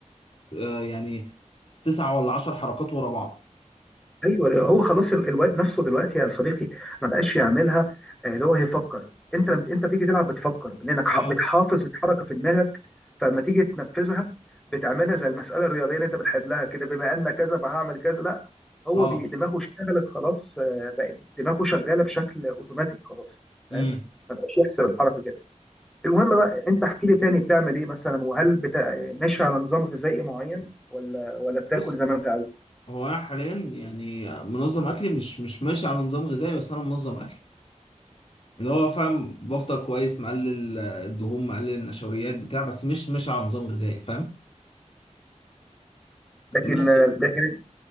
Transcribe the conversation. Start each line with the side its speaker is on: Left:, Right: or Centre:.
Left: آه، يعني تسعة ولا عشر حركات ورا بعض
Centre: ايوه هو خلاص ال- الواد نفسه دلوقتي يا صديقي ما بقاش يعملها آه، اللي هو هيفكر انت لما انت بتيجي تلعب بتفكر لانك ح-
Left: اه
Centre: بتحافظ الحركه في دماغك فلما تيجي تنفذها بتعملها زي المساله الرياضيه اللي انت بتحلها كده بما ان كذا فهعمل كذا لا هو
Left: اه
Centre: بي- دماغه اشتغلت خلاص آه، بقت دماغه شغاله بشكل اوتوماتيك خلاص فاهم
Left: امم
Centre: ما بقاش يحسب الحركه كده المهم بقى انت احكي لي تاني بتعمل ايه مثلا وهل بتا... ماشي على نظام غذائي معين ولا ولا بتاكل
Left: بص
Centre: زي ما انت عاوز
Left: هو انا حاليا يعني منظم اكلي مش مش ماشي على نظام غذائي بس انا منظم اكلي اللي هو فاهم بفطر كويس مقلل آه، الدهون مقلل النشويات بتاع بس مش ماشي على نظام غذائي فاهم
Centre: لكن
Left: بس
Centre: لكن